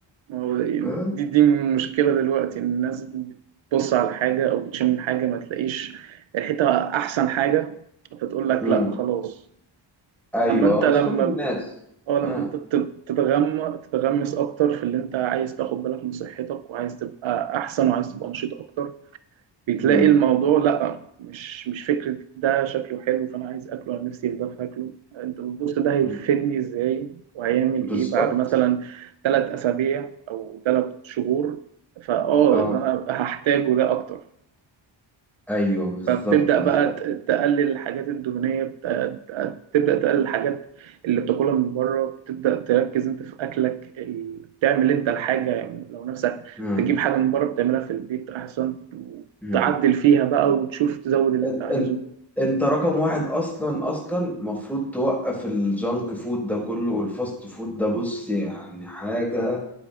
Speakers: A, on the right; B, in the centre.
A: ما هو
B: <laughs> آه.
A: دي دي مشكلة دلوقتي إن الناس بتبص على حاجة أو بتشم الحاجة ما تلاقيش ريحتها أحسن حاجة فتقول لك
B: امم
A: لأ خلاص
B: ايوه
A: أما أنت لما
B: مش كل الناس
A: ب... أه لما
B: اه
A: أنت بت- بتتغم تتغمس أكتر في اللي أنت عايز تاخد بالك من صحتك وعايز تبقى أحسن وعايز تبقى نشيط أكتر بتلاقي
B: امم
A: الموضوع لا مش مش فكرة ده شكله حلو فأنا عايز أكله أنا نفسي في ده فاكله أنت بتبص ده هيفيدني
B: أمم.
A: إزاي وهيعمل
B: بالظبط
A: إيه بعد مثلا ثلاث أسابيع أو ثلاث شهور فأه
B: اه
A: اللي أنا هحتاجه ده أكتر
B: ايوه بالظبط
A: فبتبدأ
B: بالظبط
A: بقى ت- تقلل الحاجات الدهنية بت- ت- تبدأ تقلل الحاجات اللي بتاكلها من بره بتبدأ تركز انت في أكلك ال- تعمل انت الحاجة يعني لو نفسك
B: مم.
A: تجيب حاجة من بره بتعملها في البيت أحسن وتعدل
B: مم.
A: فيها بقى وتشوف تزود اللي
B: ان-
A: انت عايزه
B: ان- انت رقم واحد اصلا اصلا مفروض توقف الجانك فود ده كله والفاست فود ده بص يعني حاجة